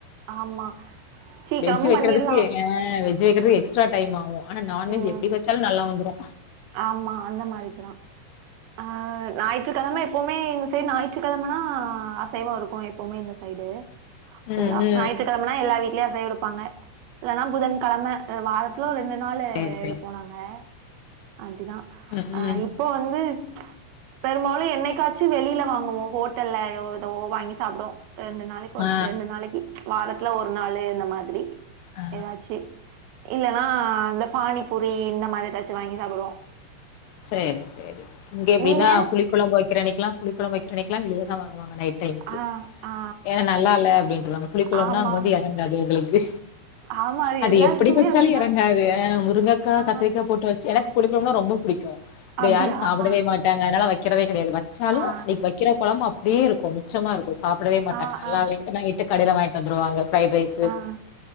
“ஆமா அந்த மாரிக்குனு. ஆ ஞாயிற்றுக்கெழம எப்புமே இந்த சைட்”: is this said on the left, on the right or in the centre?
Right